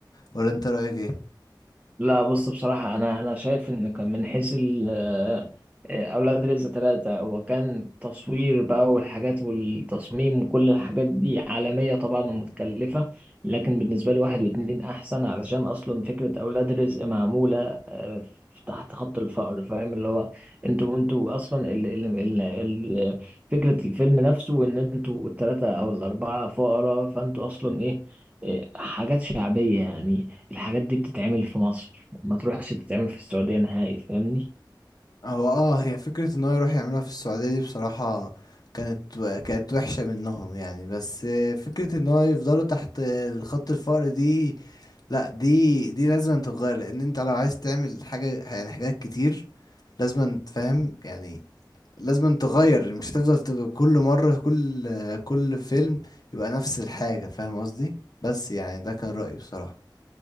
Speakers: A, on the left; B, on the right.
A: ولا أنت رأيك إيه؟
B: لا بص بصراحة أنا أنا شايف إن كان من حيث ال آه، أولاد رزق ثلاثة هو كان تصوير بقى والحاجات والتصميم وكل الحاجات دي عالمية طبعا ومتكلفة لكن بالنسبة لي واحد واتنين أحسن علشان أصلا فكرة أولاد رزق معمولة آه، تحت خط الفقر فاهم اللي هو انتوا انتوا أصلا ال ال ال ال فكرة الفيلم نفسه إن انتوا الثلاثة أو الأربعة فقراء فانتوا أصلا إيه آه، حاجات شعبية يعني الحاجات دي بتتعمل في مصر ما تروحش تتعمل في السعودية نهائي فاهمني
A: هو اه هي فكرة إن هو يروح يعملها في السعودية دي بصراحة كانت كانت وحشة منهم يعني بس فكرة إن هو يفضلوا تحت خط الفقر دي لا دي دي لازم تتغير لأن أنت لو عايز تعمل حاجة يعني حاجات كتير لازم تفهم يعني لازم تغير مش تفضل تبقى كل مرة كل كل فيلم يبقى نفس الحاجة فاهم قصدي بس يعني ده كان رأيي بصراحة